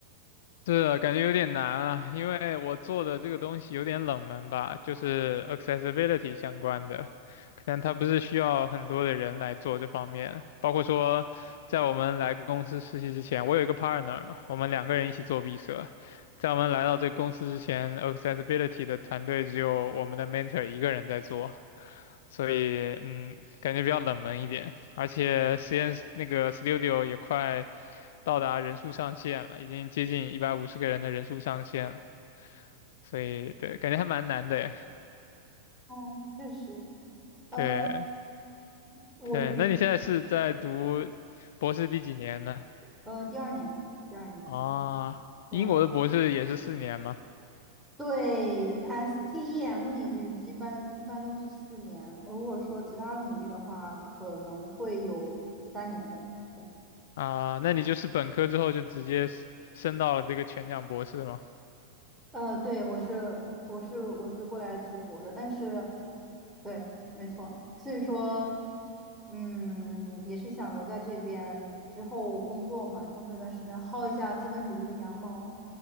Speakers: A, on the left; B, in the centre.
A: 是的，感觉有点难啊，因为我做的这个东西有点冷门吧，就是 accessibility 相关的，可能它不是需要很多的人来做这方面，包括说在我们来公司实习之前，我有一个 partner 嘛，我们两个人一起做毕设，在我们来到这个公司之前，accessibility 的团队只有我们的 mentor 一个人在做，所以嗯，感觉比较冷门一点，而且实验室那个 studio 也快。到达人数上限了，已经接近一百五十个人的人数上限了，所以对，感觉还蛮难的诶。
B: 哦，确实，呃，
A: 对
B: 我
A: 对，那你现在是在读博士第几年呢？
B: 呃第二年，第二年，
A: 啊，
B: 对对
A: 英国的博士也是四年吗？
B: 对，STEM 领域一般一般都是四年，如果说其他领域的话，可能会有三年的。对
A: 啊，那你就是本科之后就直接是升到了这个全奖博士吗？
B: 呃，对，我是我是我是过来直播的，但是，对，没错，所以说，嗯，也是想留在这边之后工作嘛，工作一段时间，薅一下资本主义的羊毛，